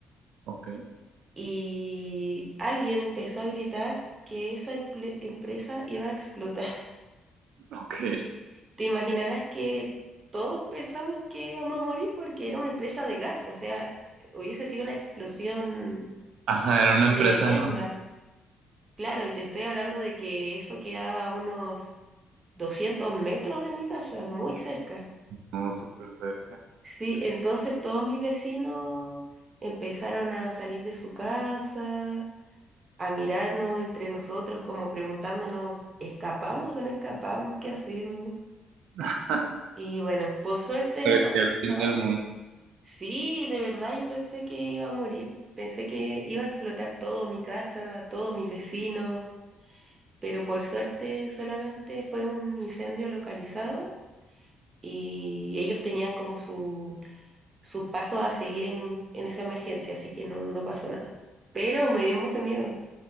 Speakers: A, on the right; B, on the right.
A: ok,
B: y alguien empezó a gritar que esa emple- empresa iba a explotar. <laughs>
A: ok.
B: Te imaginarás que todos pensamos que íbamos a morir porque era una empresa de gas, o sea, hubiese sido una explosión
A: Ajá, era una empresa
B: tremenda.
A: no,
B: Claro, y te estoy hablando de que eso queda a unos 200 metros de mi casa, muy cerca.
A: no súper cerca.
B: Sí, entonces todos mis vecinos empezaron a salir de su casa a mirarnos entre nosotros como preguntándonos, ¿escapamos o no escapamos? ¿Qué hacemos?
A: <laughs>
B: Y bueno, por suerte
A: Parecía
B: no pasó
A: el fin
B: nada.
A: del mundo.
B: Sí, de verdad yo pensé que iba a morir, pensé que iba a explotar todo mi casa, todos mis vecinos, pero por suerte solamente fue un incendio localizado y ellos tenían como su, sus pasos a seguir en, en esa emergencia, así que no, no pasó nada. Pero me dio mucho miedo.